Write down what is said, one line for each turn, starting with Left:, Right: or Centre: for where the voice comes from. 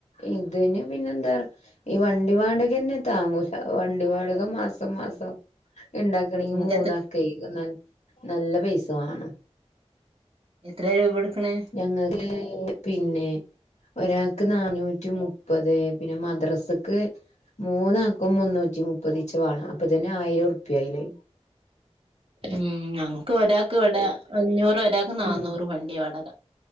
Left: ഇതിന് പിന്നെ എന്താ ഈ വണ്ടി വാടകന്നെ താങ്ങൂല വണ്ടി വാടക മാസം മാസം ഇണ്ടാക്കി ക്കണെങ്കിൽ
Right: നിങ്ങക്ക്
Left: മൂന്നാൾക്കെ
Right: എത്ര
Left: നല്ല പൈസ വേണം.
Right: എത്രയ രൂപ കൊടുക്കണെ?
Left: ഞങ്ങൾക്ക് പിന്നെ ഒരാൾക്ക് നാന്നൂറ്റി മുപ്പത് പിന്നെ മദ്രസക്ക് മൂന്നാക്കും മുന്നൂറ്റി മുപ്പത്ച് വേണം അപ്പൊ തന്നെ ആയിരം റുപ്യായില്ലേ
Right: ഉം ഞങ്ങക്ക് ഒരാൾക്ക് ഇവടെ അഞ്ഞൂറ് ഒരാൾക്ക് നാന്നൂറ്
Left: ഉം
Right: വണ്ടി വാടക